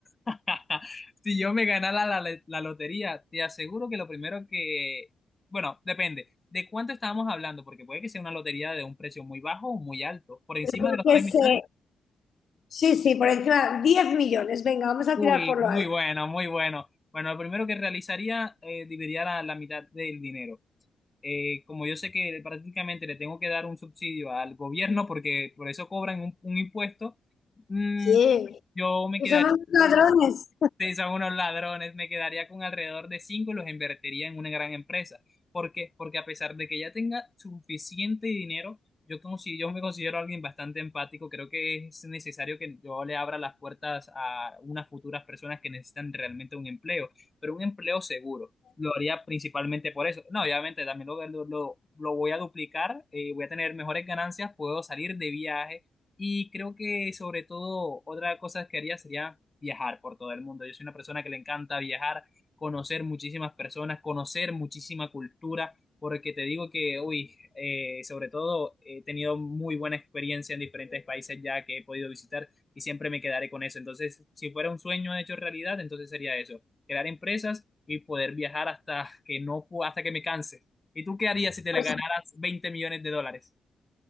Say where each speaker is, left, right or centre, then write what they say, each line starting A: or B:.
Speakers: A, on the left (about 25°); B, on the left (about 60°).
A: <laughs> si yo me ganara la, la- la lotería, te aseguro que lo primero que, bueno, depende de cuánto estábamos hablando, porque puede que sea una lotería de un precio muy bajo o muy alto, por encima
B: yo
A: de los
B: qué
A: 3
B: sé.
A: millones.
B: Sí, sí, por encima, 10 millones. Venga, vamos a
A: Uy,
B: tirar por
A: muy
B: lo alto.
A: bueno, muy bueno. Bueno, lo primero que realizaría, eh, dividiría la, la mitad del dinero. eh, como yo sé que prácticamente le tengo que dar un subsidio al gobierno porque por eso cobran un, un impuesto, mm,
B: Sí,
A: yo me
B: que
A: quedé
B: son unos ladrones.
A: Sí, son unos ladrones. Me quedaría con alrededor de cinco y los invertiría en una gran empresa. ¿Por qué? Porque a pesar de que ya tenga suficiente dinero, yo, como si yo me considero alguien bastante empático. Creo que es necesario que yo le abra las puertas a unas futuras personas que necesitan realmente un empleo, pero un empleo seguro. Lo haría principalmente por eso. No, obviamente también lo, lo, lo- lo voy a duplicar, eh, voy a tener mejores ganancias, puedo salir de viaje y creo que sobre todo otra cosa que haría sería viajar por todo el mundo. Yo soy una persona que le encanta viajar, conocer muchísimas personas, conocer muchísima cultura, porque te digo que, uy, eh, sobre todo he tenido muy buena experiencia en diferentes países ya que he podido visitar y siempre me quedaré con eso. Entonces, si fuera un sueño hecho realidad, entonces sería eso, crear empresas y poder viajar hasta que no, pu- hasta que me canse. ¿Y tú qué harías si te
B: Pues
A: la ganaras 20 millones de dólares?